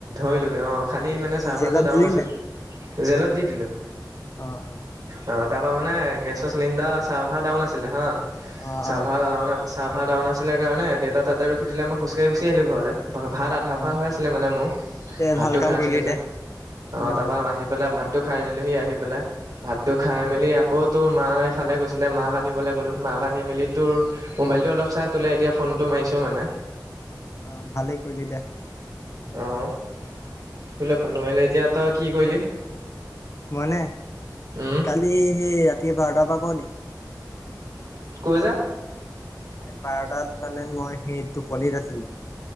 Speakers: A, on the right; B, on the left.
A: কৰিলোগে অ খালি মানে চাৰ্ভাৰটো
B: জেলত
A: ডাউন
B: দিলি
A: আছিল জেলত দি দিলো।
B: অঁ, অঁ।
A: অ তাৰ পৰা মানে গেছৰ চিলিণ্ডাৰ চাৰ্ভাৰ ডাউন আছিলে হা।
B: অ
A: চাৰ্ভাৰ
B: অ
A: ডাউন ছাৰ্ভাৰ ডাউন আছিলে কাৰণে দেউতা তাতে ৰখি দিলে, মই খোজকাঢ়ি গুচি আহিলো ঘৰলে। ভাত আধা খোৱা
B: অ
A: হৈ আছিলে
B: অ
A: মানে মোৰ
B: দে
A: ভাতটো
B: ভাল কাম
A: খাই
B: কৰিলি
A: আছিলো যে
B: দে উম
A: অ তাৰপা আহি পেলাই ভাতটো খাই দিলোহি, আহি পেলাই ভাতটো খাই
B: অ
A: মেলি আকৌ তোৰ মা এফালে গৈছিলে মাক আনিবলৈ গ'লো মাক আনি মেলি তোৰ মোবাইল টো অলপ চাই তোলে এতিয়া ফোনটো মাৰিছো টো মানে
B: অ ভালেই কৰিলি দে
A: অহ তোলে ফোনটো মাৰিলো এতিয়া তই কি কৰিলি?
B: মই মানে
A: উম
B: কালি সেই ৰাতি বাৰটাৰ পৰা ক নি
A: কৈ যা
B: এ বাৰটাত মানে মই সেই টোপনিত আছিলো